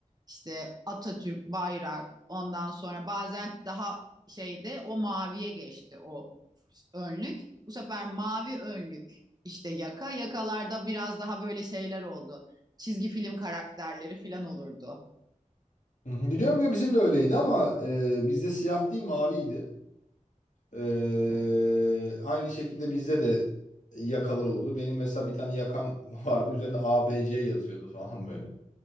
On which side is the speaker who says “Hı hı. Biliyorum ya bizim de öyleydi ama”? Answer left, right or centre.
Left